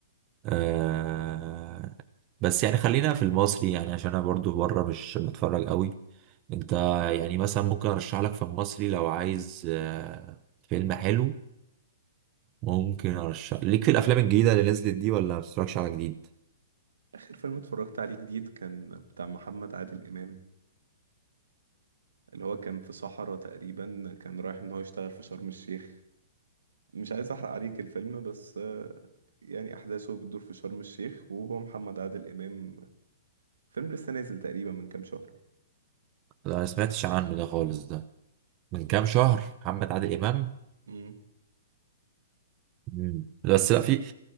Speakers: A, on the right; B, on the right.
A: آه، بس يعني خلينا في المصري يعني عشان انا برضو بره مش بتفرج قوي انت يعني مثلا ممكن ارشح لك في المصري لو عايز آه، فيلم حلو ممكن ارشح ليك في الافلام الجديده اللي نزلت دي ولا ما بتتفرجش على جديد
B: اخر فيلم اتفرجت عليه جديد كان بتاع محمد عادل امام اللي هو كان في صحراء تقريبا كان رايح ان هو يشتغل في شرم الشيخ مش عايز احرق عليك الفيلم بس آه، يعني احداثه بتدور في شرم الشيخ وهو محمد عادل امام فيلم لسه نازل تقريبا من كام شهر
A: لا ما سمعتش عنه ده خالص ده من كام شهر محمد عادل امام
B: امم
A: مم. بس لا في